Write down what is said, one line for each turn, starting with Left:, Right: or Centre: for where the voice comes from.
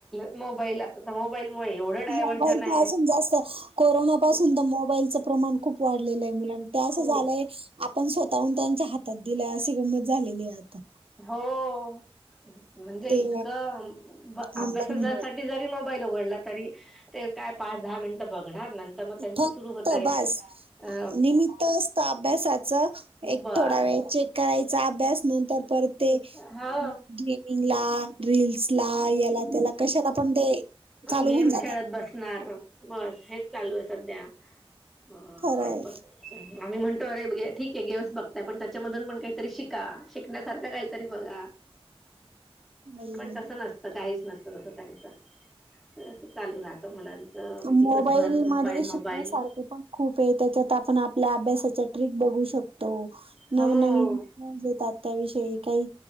Centre: मो <unintelligible> मुळे एवढं डायव्हर्जन
Right: मोबाईलच
Centre: आहे.
Right: अजून जास्त कोरोना
Centre: खूप
Right: पाासून तर मोबाईलचं प्रमाण खूप वाढलेलं आहे. मुलांच ते
Centre: खूप
Right: असं झालंय आपण स्वतःहून त्यांच्या हातात दिलाय. अशी गंमत झालेली आहे आता.
Centre: हो. म्हणजे
Right: ते
Centre: इतकं. अभ्यासासाठी
Right: ऑनलाईन मुळे
Centre: जरी मोबाईल ऊघडला तरी. ते काय पाच-दहा मिनट बघणार. नंतर मग त्यांच
Right: फक्त
Centre: सुरू होतय
Right: बास,
Centre: अ
Right: निमित्त असतं अभ्यासाचं एक
Centre: बस.
Right: थोड डावेळ चेक करायचा अभ्यास नंतर परत ते
Centre: हा
Right: गेमिंगला रील स्ला याला त्याला कशाला पण ते चालू
Centre: गेम्स
Right: होऊन जातात
Centre: खेळत बसणार बस हेच चालू अस सध्या अ
Right: खरंय
Centre: आणि मग ह आम्ही म्हणतो अरे ठीक आहे गेम्स बघताय, पण त्याच्यामधून पण काहीतरी शिका शिकण्या सारखं काहीतरी बघा,
Right: बरोबर
Centre: पण तस
Right: आहे.
Centre: काहीच नसतं तसं त्यांचं. असं चालू राहतं मुलांचं
Right: अ मोबाईल
Centre: दिवसभर मोबाईल
Right: मध्ये
Centre: मोबाईल
Right: शिकण्यासारखं पण खूप आहे त्याच्यात आ पण आपल्या अभ्यासाच्या ट्रिक बघू शकतो,
Centre: हो
Right: नव नवीन <unintelligible> येतात त्याविषयी काही